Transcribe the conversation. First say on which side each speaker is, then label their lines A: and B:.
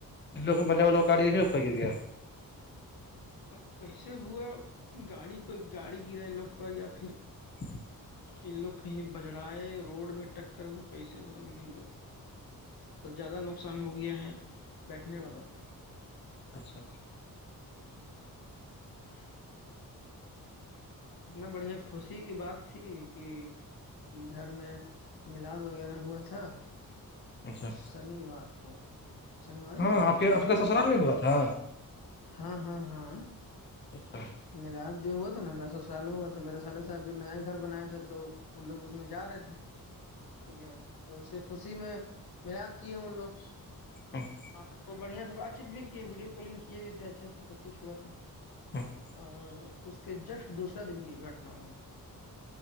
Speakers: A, on the left; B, on the left.
A: لوگ بننے وال لگ کااریی
B: اب
A: ہیوپ گے گیا
B: اب کیسے ہوا گاڑی پہ گاڑی گرے لوگ پر یا پھر
A: <inaudible>
B: ان لوگ کہیں بجڑائے روڈ میں ٹکر ہوئے کیسے ہوا لیکن دو زیادہ نقصان ہو گیا ہے بیٹھنے والوں کو
A: اچھا
B: <inaudible> اتنا بڑھیا خوشی کی بات تھی کہ گھر میں ملاد وغیرہ ہوا تھا
A: اچھا
B: شنیوار کو شنیوار
A: ہاں
B: کو نا
A: آپ کے آپ
B: ہم
A: کا سسرال
B: لوگ گئے
A: میں
B: تھے
A: ہوا تھا
B: ہاں ہاں ہاں
A: اچھا
B: ملاد جو ہوا تھا نا میرا سسرال ہ ہوا تھا میرا سالے صاحب جو نیا گھر بنایا تھ تھا تو وہ لوگ اس میں جا رہے تھے ٹھیک ہے تو اس کی خوشی میں مناد کی ہے ان لوگ
A: <inaudible>
B: ہاں تو بڑھیا سے بات چیت بھی کی ویڈیو کالنگ کیے بھی تھے اچھا سے سب کچھ ہوا تھا
A: <inaudible>
B: اور اس کے جسٹ دوسرا دن یہ گھٹنا ہوا